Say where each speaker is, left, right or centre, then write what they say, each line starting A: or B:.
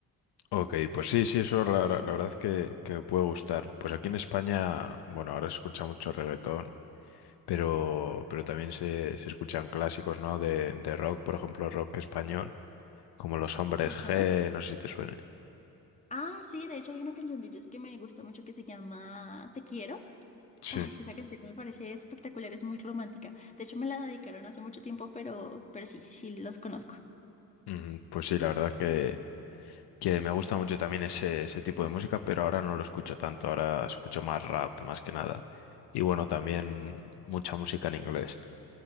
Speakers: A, on the left (about 65°); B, on the left (about 15°).
A: Ok, pues sí, sí, eso la, la- la verdad es que, que me puede gustar. Pues aquí en España, bueno, ahora se escucha mucho reggaetón, pero, pero también se, se escuchan clásicos, ¿no? De, de rock, por ejemplo, rock español, como Los Hombres
B: Ajá.
A: G, no sé si te suena.
B: Ah, sí, de hecho hay una canción de ellos que me gusta mucho que se llama Te quiero.
A: Sí.
B: Ay, esa canción me parece espectacular, es muy romántica. De hecho me la dedicaron hace mucho tiempo, pero, pero sí, sí los conozco.
A: Ujú, Pues sí, la verdad que, que me gusta mucho también ese, ese tipo de música, pero ahora no lo escucho tanto, ahora escucho más rap más que nada. Y bueno, también mucha música en inglés.